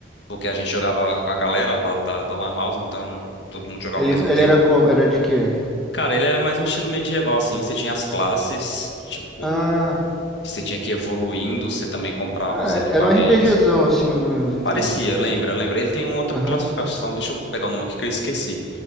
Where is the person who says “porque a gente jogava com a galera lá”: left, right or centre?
Left